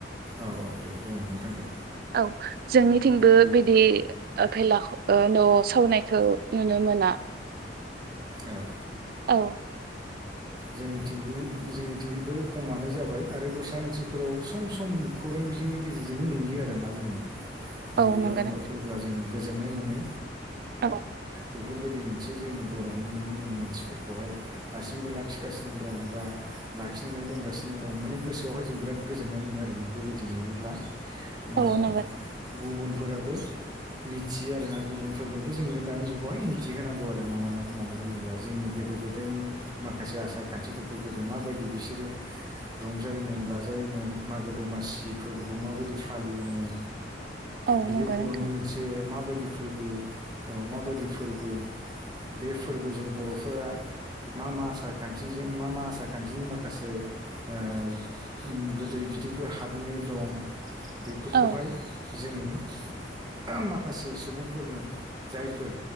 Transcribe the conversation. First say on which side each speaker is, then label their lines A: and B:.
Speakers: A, on the right; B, on the right.
A: औ औ दे बुं नोंथां दे
B: औ जोंनिथिंबो बिदि ओ भेलाख ओ न' सावनायखौ नुनो मोना।
A: औ
B: औ
A: जोंनिंथिंबो जोंनिथिंबो खमानो जाबाय आरो दस्रा ओनसोलफोराव सम-सम खौरां बिजोंनि गेजेरजोंनो नुयो आरोना जोङो नुयो
B: औ नंगौ
A: होमबा
B: नोंथां
A: अब्ला जोङो गोजोननाय मोनो
B: औ
A: बेफोरबायदि मोनसे जोंनि बर'नि नियम निथिफोरखौहाय दासिमबो लाख खिगासिनो दं बा लाखिनानै दंगासिनो दं माने गोसोआवहाय जों बिराद गोजोननाय मोनो आरोना बेबायदि नुयोब्ला माने
B: औ नंगौ
A: गुबुनफोराबो मिथियो आरोना गुबुनफोरनोबो जोङो दानि जुगावहाय मिथिहोनांगौ आरोना मानो होननानै बुङोब्ला जोंनि गो दो गोदायनि माखा से आसार खान्थिफोरखौ गोदो माबायदि बिसोरो रंजायोमोन बाजायोमोन मागो दमासि फोरबोखौ माबायदि फालियोमोन
B: औ
A: बियो
B: नंगौ
A: बर'नि
B: नोंथां
A: मोनसे माबायदि फोरबो औ माबायदि फोरबो बे फोरबोजों बर'फोरा मा मा आसा खान्थिजो मा मा आसार खान्थिनि माखासे ओ ओम गोदै बिदैफोर हाबनाय दं बेफोरखौहाय
B: औ
A: जोङो माखासे सुबुंफोरनो जायफोर